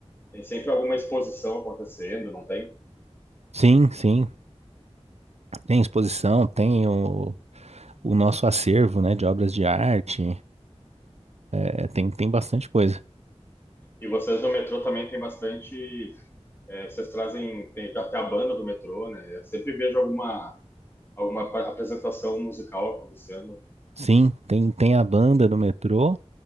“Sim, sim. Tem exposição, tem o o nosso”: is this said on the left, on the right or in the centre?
Right